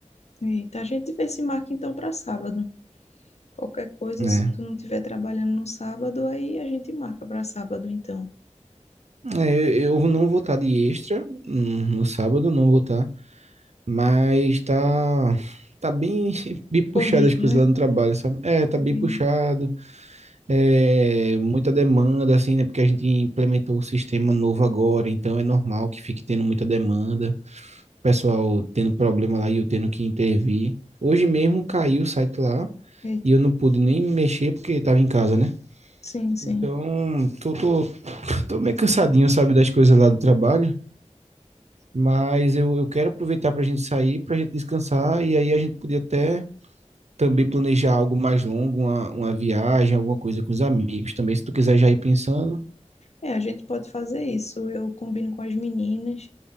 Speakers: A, on the left (about 60°); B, on the right (about 65°).
A: eita. A gente vê se marca então para sábado. Qualquer coisa,
B: né?
A: se tu não estiver trabalhando no sábado, aí a gente marca para sábado então.
B: É, eu não vou estar de extra hum, no sábado, não vou estar, mas tá, tá bem, <laughs> bem puxado
A: Corrido,
B: as coisas
A: né?
B: lá no trabalho, sabe? É, tá
A: Corrido.
B: bem puxado, é, muita demanda, assim, né? Porque a gente implementou o sistema novo agora, então é normal que fique tendo muita demanda, o pessoal tendo problema lá e eu tendo que intervir. Hoje mesmo caiu o site lá
A: Eita.
B: e eu não pude nem mexer porque estava em casa, né?
A: Sim, sim.
B: Então, tô, tô, <laughs> tô meio cansadinho, sabe, das coisas lá do trabalho. Mas eu, eu quero aproveitar para a gente sair, para a gente descansar, e aí a gente podia até também planejar algo mais longo, uma, uma viagem, alguma coisa com os amigos também, se tu quiser já ir pensando.
A: É, a gente pode fazer isso. Eu combino com as meninas,